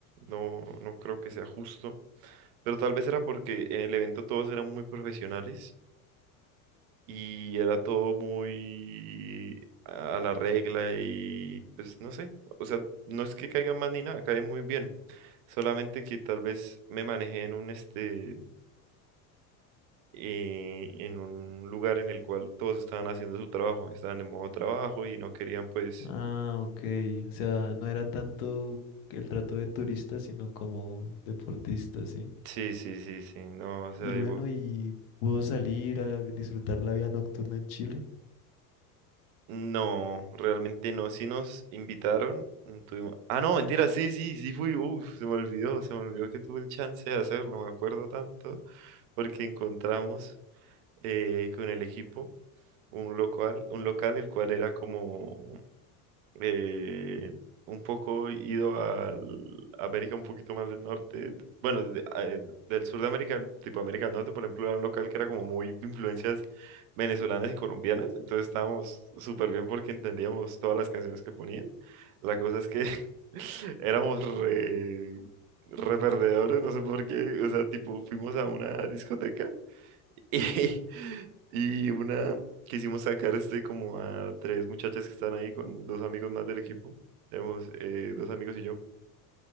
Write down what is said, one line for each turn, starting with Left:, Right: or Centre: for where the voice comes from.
Right: no, no creo que sea justo. Pero tal vez era porque en el evento todos eran muy profesionales y era todo muy a la regla y pues no sé. O sea, no es que caiga mal ni nada, cae muy bien. Solamente que tal vez me manejé en un este eh, en un lugar en el cual todos estaban haciendo su trabajo, estaban en modo trabajo y no querían pues
Left: Ah, ok. O sea, no era tanto el trato de turista, sino como deportista, ¿sí?
Right: Sí, sí, sí, sí, no, o sea,
Left: Y
Right: digo,
Left: bueno, y pudo salir a disfrutar la vida nocturna en Chile.
Right: no, realmente no, sí nos invitaron, mm, tuvimos, ah, no, mentira, sí, sí, sí fui, uff, se me olvidó, se me olvidó que tuve el chance de hacerlo, me acuerdo tanto, porque encontramos eh, con el equipo un local, un local el cual era como eh, un poco ido al América un poquito más del norte, bueno, de- eh, del sur de América, tipo América del Norte, por ejemplo, era un local que era como muy influencias venezolanas y colombianas, entonces estábamos súper bien porque entendíamos todas las canciones que ponían. La cosa es que <laughs> éramos re, re perdedores, no sé por qué, o sea, tipo, fuimos a una discoteca. <laughs> Y, y una quisimos sacar este como a tres muchachas que están ahí con dos amigos más del equipo, éramos eh, dos amigos y yo,